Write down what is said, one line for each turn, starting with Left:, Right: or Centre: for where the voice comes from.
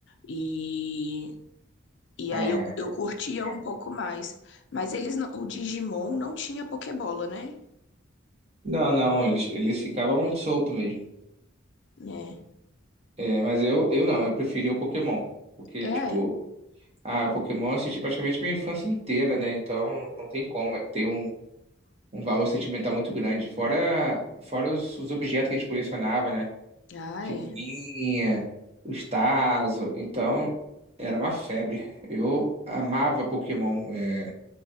Left: e E
Right: Ah,
Left: aí eu,
Right: eu-
Left: eu curtia
Right: é.
Left: um pouco mais. Mas eles não- o Digimon não tinha Pokébola, né?
Right: Não, não, eles, eles ficavam soltos mesmo.
Left: É.
Right: É, mas eu, eu não, eu preferia o Pokémon. Porque,
Left: É.
Right: tipo, Ah, Pokémon eu assisti praticamente minha infância inteira, né? Então não tem como. é, Tem um, um valor sentimental muito grande. Fora, fora os, os objetos que a gente colecionava, né?
Left: Ah,
Right: Figurinha,
Left: é.
Right: os Tazo. Então era uma febre. Eu amava Pokémon. é,